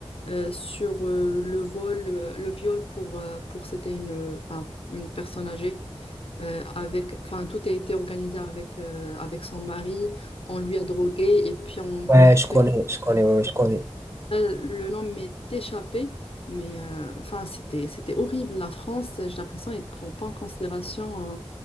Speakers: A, on the left (about 65°); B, on the right (about 25°).
A: euh, sur euh, le vol, euh, le viol pour, euh, pour c'était une, euh, enfin, une personne âgée. euh, avec, enfin, tout a été organisé avec, euh, avec son mari. On lui a drogué et puis on
B: ouais, je connais,
A: fait...
B: je connais, ouais, ouais, je connais.
A: Euh, Le nom m'est échappé, mais euh, enfin, c'était, c'était horrible. La France, j'ai l'impression, elle ne prend pas en considération. euh,